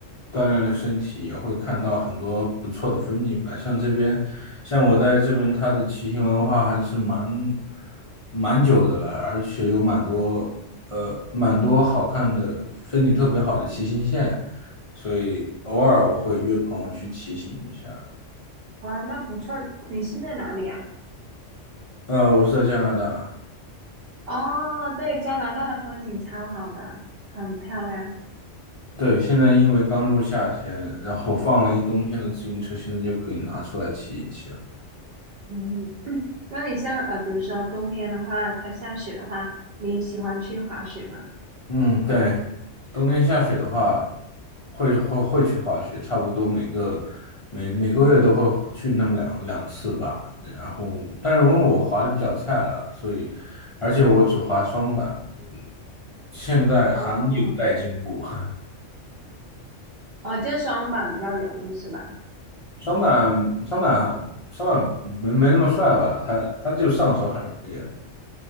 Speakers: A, on the left; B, on the right.
A: 锻炼了身体，也会看到很多不错的风景吧。像这边，像我在这边，它的骑行文化还是蛮蛮久的了，而且有蛮多呃蛮多好看的风景特别好的骑行线。所以偶尔我会约朋友去骑行一下。
B: 哇，那不错。你是在哪里啊？
A: 呃，我是在加拿大，
B: 哦，对，加拿大的风景超好的，很漂亮。
A: 对，现在因为刚入夏天，然后放了一冬天的自行车，现在就可以拿出来骑一骑了。
B: 嗯，那你像呃，比如说冬天的话，它下雪的话，你喜欢去滑雪吗？
A: 嗯，对，冬天下雪的话，会会会去滑雪，差不多每个每每个月都会去那么两两次吧。然后，但是因为我滑的比较菜了，所以而且我只滑双板，嗯，现在还有待进步。
B: 哦，
A: <laughs>
B: 哦，就是双板比较容易是吧？
A: 双板双板双板没没那么帅吧？他他就上手很容易。
B: 嗯